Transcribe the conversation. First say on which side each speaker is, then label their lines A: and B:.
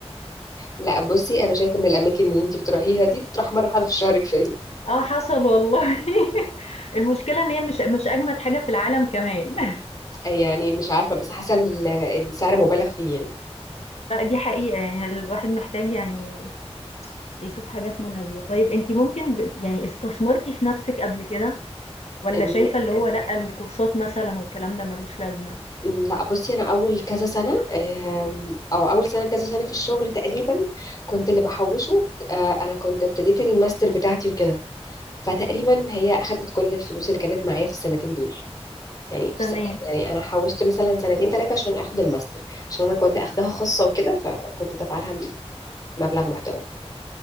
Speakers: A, on the left; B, on the left.
A: لا بصي أنا شايفة إن الأماكن اللي أنت بتروحيها دي تروح مرة واحدة في الشهر كفاية
B: آه حصل والله. <laughs> المشكلة إن هي مش مش أجمد حاجة في العالم كمان. <laughs>
A: يعني مش عارفة بس حاسة إن ال- السعر مبالغ فيه يعني
B: لأ دي حقيقة، يعني الواحد محتاج يعني يشوف حاجات مناسبة طيب أنتِ ممكن ب يعني استثمرتِ في نفسِك قبل كده والّا
A: إن-
B: شايفة اللي هو لأ، الكورسات مثلًا والكلام ده ما لوش لازمة؟
A: لا بصي أنا أول كذا سنة آم، أو أول سنة كذا سنة في الشغل تقريبا كنت اللي بحوشه آه، أنا كنت ابتديت الماستر بتاعتي وكده فتقريبا هي اخدت كل الفلوس اللي كانت معايا في السنتين دول يعني في
B: تمام.
A: سنة يعني انا حوشت مثلا سنتين ثلاثه عشان اخد الماستر عشان انا كنت اخدها خاصه وكده فكنت دافعه لها مبلغ محترم